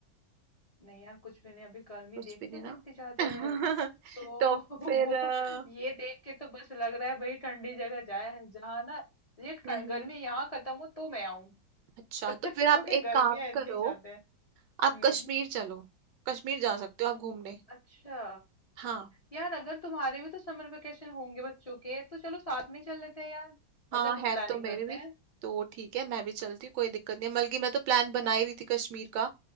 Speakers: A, on the left; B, on the right.
A: नहीं यार कुछ भी नहीं अभी गर्मी
B: कुछ
A: देख
B: भी
A: रही
B: नहीं
A: हो कितनी
B: ना
A: ज्यादा
B: <laughs>
A: है तो
B: तो
A: <laughs>
B: फिर
A: वो
B: अ,
A: ये देख के तो बस लग रहा है भाई ठंडी जगह जाए जहाँ ना ये ठ-
B: हम्म हम्म
A: गर्मी यहाँ खत्म हो तो मैं आऊं
B: अच्छा
A: <laughs>
B: तो
A: क्योंकि
B: फिर आप एक
A: गर्मियां
B: काम
A: इतनी
B: करो
A: ज्यादा है हम्म
B: आप कश्मीर चलो कश्मीर जा सकते हो आप घूमने
A: अच्छा
B: हाँ
A: यार अगर तुम्हारे भी तो समर वेकेशन होंगे बच्चों के तो चलो साथ में ही चल लेते हैं यार
B: हाँ
A: ऐसा
B: है
A: कुछ प्लानिंग
B: तो मेरे
A: करते
B: भी
A: हैं
B: तो ठीक है मैं भी चलती हूँ कोई दिक्कत नहीं है बल्कि मैं तो प्लान बना ही रही थी कश्मीर का